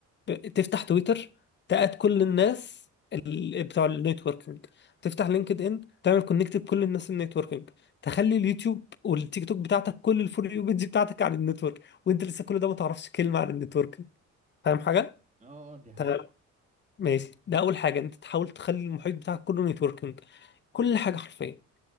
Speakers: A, on the left (about 35°); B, on the right (about 25°).
A: ب- تفتح تويتر تقعد كل الناس ال- بتوع النتوركينج تفتح لينكد ان تعمل كونكت بكل الناس النتوركينج تخلي اليوتيوب والتيك توك بتاعتك كل الفور يو بيج بتاعتك عن النتورك وانت لسه كل ده ما تعرفش كلمه عن النتوركينج فاهم حاجه
B: اه اه دي حقيقة
A: تمام ماشي ده اول حاجه انت تحاول تخلي المحيط بتاعك كله نتوركينج كل حاجه حرفيا